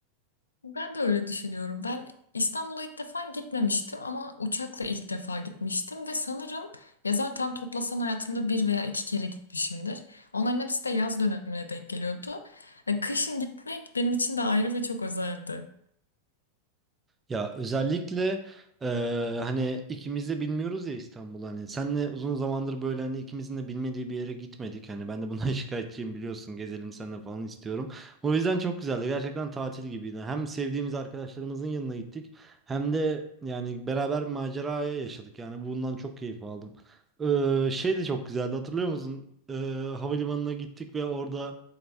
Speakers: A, on the left; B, on the right.
A: Ben de öyle düşünüyorum. Ben İstanbul'a ilk defa gitmemiştim ama uçakla ilk defa gitmiştim ve sanırım ya zaten toplasan hayatımda bir veya iki kere gitmişimdir. Onların hepsi de yaz dönemine denk geliyordu. E, Kışın gitmek benim için de ayrı ve çok özeldi.
B: Ya özellikle e, hani ikimiz de bilmiyoruz ya İstanbul hani senle uzun zamandır böyle hani ikimizin de bilmediği bir yere gitmedik. Hani ben de bundan <laughs> şikayetçiyim biliyorsun gezelim seninle falan istiyorum. O yüzden çok güzeldi gerçekten tatil gibiydi. Hem sevdiğimiz arkadaşlarımızın yanına gittik hem de yani beraber bir maceraya yaşadık yani bundan çok keyif aldım. Ee, şey de çok güzeldi hatırlıyor musun? Ee, havalimanına gittik ve orada